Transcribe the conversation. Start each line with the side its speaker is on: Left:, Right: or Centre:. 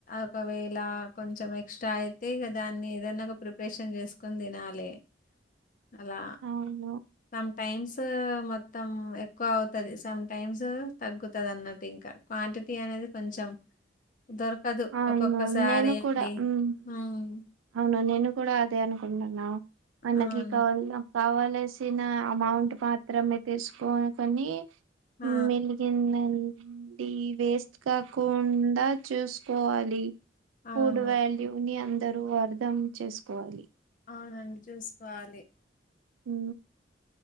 Left: ఒకవేళ కొంచెం ఎక్స్ట్రాయ అంతే కదాన్ని ఏదన్నా ఒక ప్రిపరేషన్ చేసుకొని తినాలె అలా
Right: అవును
Left: సమ్ టైమ్స్ మొత్తం ఎక్కువ అవుతది సమ్ టైమ్స్ తగ్గుతుంది అన్నట్టు ఇంకా క్వాంటిటీ అనేది కొంచెం దొరకదు
Right: అవును
Left: ఒక్కొక్కసారి
Right: నేను
Left: అండి
Right: కూడా ఉమ్.
Left: మ్
Right: అవును నేను కూడా అదే అనుకుంటున్నాను అన్నకి
Left: అవును.
Right: కావాల కావల్సిన అమౌంట్ మాత్రమే తీసుకోకొని
Left: ఆ!
Right: మెలిగిందండి వేస్ట్ కాకుండా చూసు కోవాలి
Left: అవును.
Right: ఫుడ్ వాల్యూ ని అందరూ అర్థం చేసుకోవాలి
Left: అవునండి చూసుకోవాలి
Right: మ్